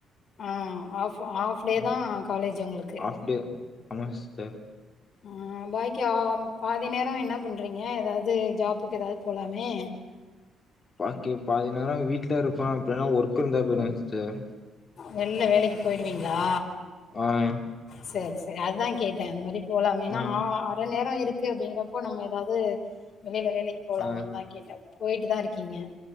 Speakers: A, on the left (about 45°); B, on the left (about 25°).
A: அ ஆஃப் ஆஃப் டே
B: ம்
A: தா காலேஜ் உங்களுக்கு
B: ஆஃப் டே ஆமா சிஸ்டர்
A: அஹ் பாக்கி பாதி நேரோ என்ன பண்றீங்க எதாது ஜாப்புக்கு எதாது போலாமே
B: பாக்கி பாதிநேரோ வீட்ல இருப்ப அப்டின்னா ஒர்க் இருந்தா போய்டுவ சிஸ்டர்
A: வெள்ள வேலைக்கு போயிடுவீங்களா
B: அஹ்
A: சேரி சேரி அதுதா கேட்ட அந்த மாதிரி போலாமேன்னா
B: ம்
A: ஆ அர நேரோ இருக் இருக்கு அப்டிங்கிறப்போ நம்ம எதாது வெளியில வேலைக்கு போலாமே
B: ஆ
A: தா கேட்ட போயிட்டு தா இருக்கீங்க